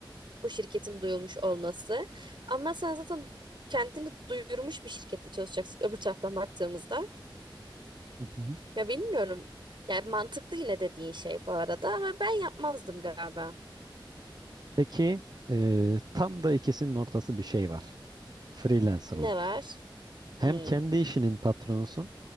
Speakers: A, on the right; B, on the right.
A: o şirketin duyulmuş olması. Ama sen zaten kendini duyurmuş bir şirkette çalışacaksın öbür taraftan baktığımızda.
B: Hı hı.
A: Ya bilmiyorum. Ya mantıklı yine dediğin şey bu arada ama ben yapmazdım galiba.
B: Peki e, tam da ikisinin ortası bir şey var. Freelancerlık.
A: Ne var?
B: Hem
A: Hmm.
B: kendi işinin patronusun